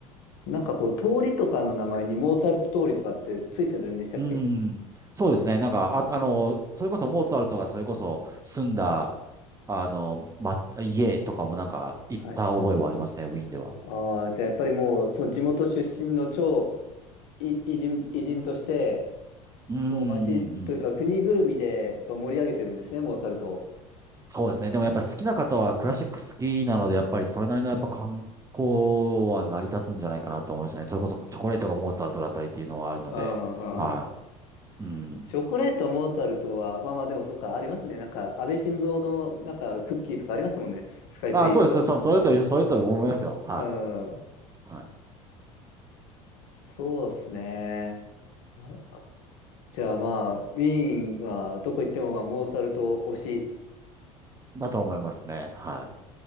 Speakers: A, on the left; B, on the right.
A: なんかこう、通りとかの名前にモーツァルト通りとかってついてるんでしたっけ
B: うん。そうですね。なんか、あ、あの、それこそモーツァルトがそれこそ住んだ、あの、ま、家とかもなんか行った覚えはありますね、
A: はい。
B: ウィーンでは。
A: ああ、じゃあやっぱりもう、その地元出身の超い偉人、偉人として、
B: うんう
A: もう町というか国ぐるみでやっぱ盛り上げてるんですね、
B: んうん。
A: モーツァルトを。
B: そうですね。でもやっぱり好きな方はクラシック好きなので、やっぱりそれなりのやっぱ観光は成り立つんじゃないかなと思いましたね。それこそチョコレートがモーツァルトだったりっていうのはあるので。
A: うんうん。
B: はい。うん。
A: チョコレートモーツァルトは、まあまあでもそうか、ありますね。なんか、安倍晋三の、なんか、クッキーとかありますもんね。スカイツリー行くと。
B: あ、そうです。そうですそれと一緒、それと思いますよ。は
A: うん。
B: い。はい。
A: そうですね。あじゃあまあ、ウィーンはどこ行っても、まあ、モーツァルト推し
B: だと思いますね。はい。